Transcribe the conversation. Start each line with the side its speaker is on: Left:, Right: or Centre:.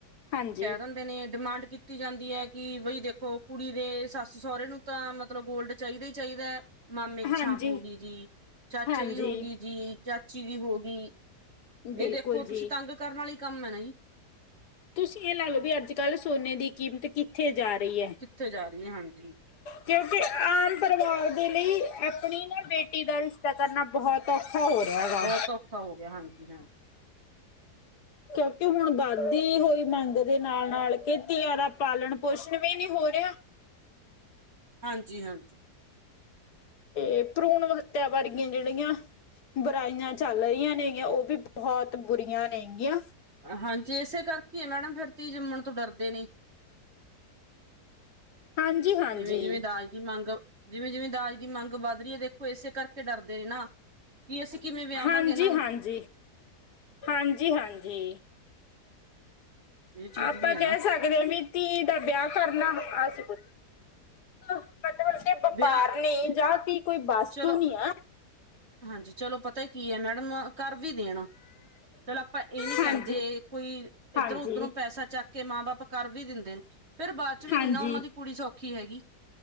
Left: ਹਾਂਜੀ
Right: ਕਹਿ ਦਿੰਦੇ ਨੇ ਡਿਮਾਂਡ ਕੀਤੀ ਜਾਂਦੀ ਹੈ ਕਿ ਬਈ ਦੇਖੋ ਕੁੜੀ ਦੇ ਸੱਸ ਸਹੁਰਰੇ ਨੂੰ ਤਾਂ ਮਤਲਬ ਗੋਲਡ ਚਾਹੀਦਾ ਹੀ ਚਾਹੀਦਾ ਹੈ ਮਾਮੇ ਦੀ
Left: ਹਾਂਜੀ
Right: ਛਾਂਪ ਹੋ ਗਈ ਜੀ ਚਾਚੇ
Left: ਹਾਂਜੀ
Right: ਵੀ ਹੋ ਗਈ ਜੀ ਚਾਚੀ ਵੀ ਹੋ ਗਈ
Left: ਬਿਲਕੁਲ
Right: ਇਹ ਦੇਖੋ
Left: ਜੀ
Right: ਤੁਸੀਂ ਤੰਗ ਕਰਨ ਵਾਲੀ ਕੰਮ ਹੈ ਨਾ ਜੀ
Left: ਤੁਸੀਂ ਇਹ ਲਾ ਲਓ ਵੀ ਅੱਜ ਕੱਲ੍ਹ ਸੋਨੇ ਦੀ ਕੀਮਤ ਕਿੱਥੇ ਜਾ ਰਹੀ ਹੈ
Right: ਕਿੱਥੇ ਜਾ ਰਹੀ ਹੈ ਹਾਂਜੀ
Left: ਕਿਉਂਕਿ ਆਮ ਪਰਿਵਾਰ ਦੇ ਲਈ ਆਪਣੀ ਨਾ ਬੇਟੀ ਦਾ ਰਿਸ਼ਤਾ ਕਰਨਾ ਬਹੁਤ ਔਖਾ ਹੋ ਰਿਹਾ ਗਾ
Right: ਬਹੁਤ ਔਖਾ ਹੋ ਗਿਆ ਹਾਂਜੀ ਹਾਂ
Left: ਕਿਉਂਕਿ ਹੁਣ ਵੱਧਦੀ ਹੋਈ ਮੰਗ ਦੇ ਨਾਲ ਨਾਲ ਖੇਤੀੀਆਂ ਦਾ ਪਾਲਣ ਪੋਸ਼ਣ ਵੀ ਨਹੀਂੀ ਹੋ <unintelligible>
Right: ਹਾਂਜੀ-ਹਾਂਜੀ
Left: ਤੇ ਭਰੂਣ ਹੱਤਿਆ ਵਰਗੀਆ ਜਿਹੜੀਆਂ ਬੁਰਾਈਆਂ ਚੱਲ ਰਹੀਆਂ ਨੇਗੀਆਂ ਉਹ ਵੀ ਬਹੁਤ ਬੁਰੀਆਂ ਨੇਗੀਆਂ
Right: ਹਾਂਜੀ ਇਸੇ ਕਰਕੇ ਮੈਡਮ ਫਿਰ ਤੀਂ ਜੰਮਣ ਤੋਂ ਡਰਦੇ ਨੀ
Left: ਹਾਂਜੀ ਹਾਂਜੀ
Right: ਜਿਵੇਂ-ਜਿਵੇਂ ਦਾਜ ਦੀ ਮੰਗ ਜਿਵੇਂ-ਜਿਵੇਂ ਦਾਜ ਦੀ ਮੰਗ ਵੱਧ ਰਹੀ ਹੈ ਦੇਖੋ ਇਸੇ ਕਰਕੇ ਡਰਦੇ ਨੇ ਨਾ ਕਿ ਅਸੀਂ ਕਿਵੇਂ ਵਿਆਵਾਂਗੇ
Left: ਹਾਂਜੀ-ਹਾਂਜੀ-ਹਾਂਜੀ-ਹਾਂਜੀ
Right: ਇਹਨਾਂ ਨੂੰ ਇਹ ਚੀਜ਼
Left: ਆਪਾਂ
Right: ਵੀ ਹੈ
Left: ਕਹਿ
Right: ਨਾ
Left: ਸਕਦੇ ਹਾਂ ਵੀ ਧੀ ਦਾ ਵਿਆਹ ਕਰਨਾ ਅਸੀ ਕੁਛ ਮਤਲਬ ਆਪਣੇ ਵਪਾਰ
Right: ਵਿਆਹ
Left: ਨੇ ਜਾਂ ਕੀ ਕੋਈ ਵਸਤੂ
Right: ਚਲੋ
Left: ਨਹੀਂ ਹੈ
Right: ਹਾਂਜੀ ਚਲੋ ਪਤਾ ਕੀ ਹੈ ਮੈਡਮ ਨੂੰ ਘਰ ਵੀ ਦੇਣ ਚਲ ਆਪਾਂ ਇਹ ਨੀ ਕਹਿੰਦੇ
Left: ਹਾਂਜੀ
Right: ਕੋਈ ਇੱਧਰੋਂ
Left: ਹਾਂਜੀ
Right: ਉੱਧਰੋਂ ਪੈਸਾ ਚੱਕ ਕੇ ਮਾਂ ਬਾਪ ਕਰ ਵੀ ਦਿੰਦੇ ਨੇ, ਫੇਰ ਬਾਅਦ ਚ ਵੀ
Left: ਹਾਂਜੀ
Right: ਨ ਨਾ ਉਹਨਾਂ ਦੀ ਕੁੜੀ ਸੌਖੀ ਹੈਗੀ